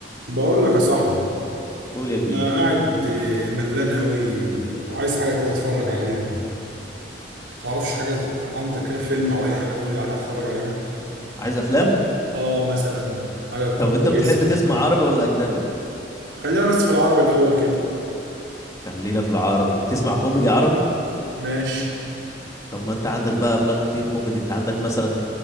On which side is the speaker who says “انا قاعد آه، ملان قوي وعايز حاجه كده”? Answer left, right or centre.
Right